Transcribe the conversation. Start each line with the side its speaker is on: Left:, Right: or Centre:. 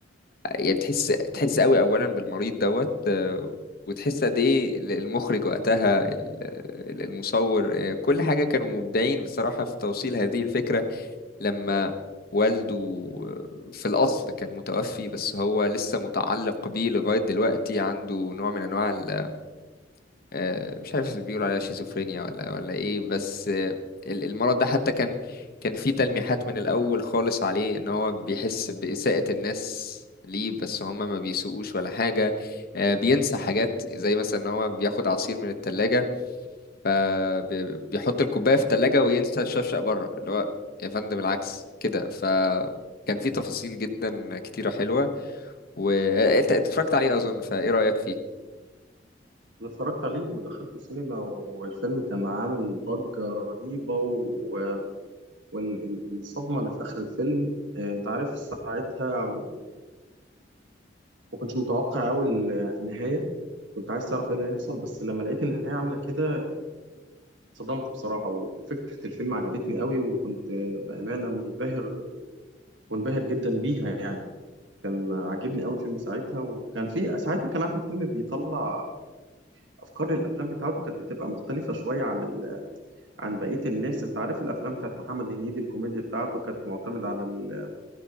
Left: يعني تحس تحس قوي أولا بالمريض دوت آه، وتحس قد إيه المخرج وقتها ال- المصور آه، كل حاجة كانوا مبدعين بصراحة في توصيل هذه الفكرة لما والده في الأصل كان متوفي بس هو لسه متعلق بيه لغاية دلوقتي عنده نوع من أنواع ال- آه، مش عارف بيقولوا عليها شيزوفرينيا ولا ولا إيه بس آه، ال- المرض ده حتى كان كان فيه تلميحات من الأول خالص عليه إن هو بيحس بإساءة الناس ليه بس هما ما بيسوقوش ولا حاجة آه، بينسى حاجات زي مثلا إن هو بياخد عصير من التلاجة فبيحط الكوباية في التلاجة وينسى الشفشق بره اللي هو يا فندم العكس كده فكان في تفاصيل جدا كتيرة حلوة وانت اتفرجت عليه أظن فايه رأيك فيه؟
Right: أنا اتفرجت عليه ودخلته السينما والفيلم كان عامل ضجة رهيبة و والصدمة اللي في آخر الفيلم آه، أنت عارف ساعتها ما كنتش متوقع أوي ال- النهاية كنت عايز تعرف إيه اللي هيحصل بس لما لقيت النهاية عاملة كده اتصدمت بصراحة وفكرة الفيلم عجبتني أوي وكنت آه، بأمانة منبهر منبهر جدا بيها يعني كان عاجبني أوي الفيلم ساعتها وكان في ساعتها كان أحمد حلمي بيطلع أفكار للأفلام بتاعته كانت بتبقى مختلفة شوية عن ال... عن بقية الناس أنت عارف الأفلام بتاعت محمد هنيدي الكوميديا بتاعته كانت معتمدة على ال...